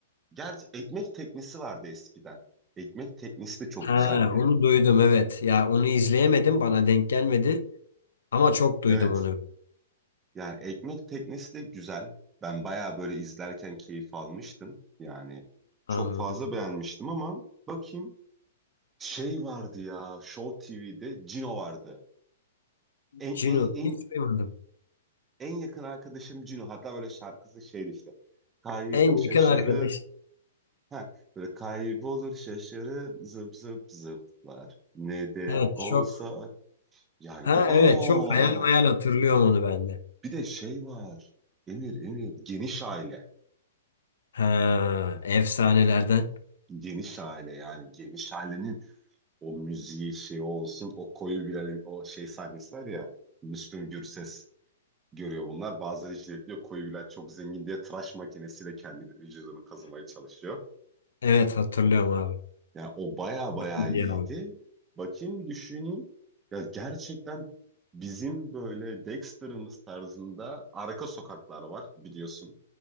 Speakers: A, on the right (about 15°); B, on the left (about 85°).
A: gerçi ekmek teknesi vardı eskiden. Ekmek teknesi de çok
B: He,
A: güzel bir.
B: onu duydum evet. Ya onu izleyemedim, bana denk gelmedi ama çok duydum
A: Evet.
B: onu.
A: Yani ekmek teknesi de güzel. Ben bayağı böyle izlerken keyif almıştım. Yani
B: Anladım.
A: çok fazla beğenmiştim ama bakayım. Şey vardı ya Show TV'de Cino vardı. En,
B: Cino
A: en, en,
B: hiç duymadım.
A: en yakın arkadaşım Cino. Hatta böyle şarkısı şeydi işte. Kaybol
B: En
A: şaşırır.
B: yakın arkadaş.
A: Ha, böyle kaybolur şaşırır zıp zıp zıplar. Ne de
B: Evet
A: olsa
B: çok.
A: yani
B: Ha
A: bir aa
B: evet çok hayal hayal hatırlıyorum onu ben de.
A: bir de şey var. Emir Emir geniş aile.
B: Ha efsanelerden.
A: Geniş aile yani geniş ailenin o müziği şey olsun o koyu Bilal'in o şey sahnesi var ya Müslüm Gürses görüyor bunlar. Bazıları jiletliyor koyu Bilal çok zengin diye tıraş makinesiyle kendi vücudunu kazımaya çalışıyor.
B: Evet hatırlıyorum abi.
A: Yani o baya baya
B: İyi
A: iyiydi.
B: Ya.
A: Bakayım düşüneyim. Ya gerçekten bizim böyle Dexter'ımız tarzında arka sokaklar var biliyorsun.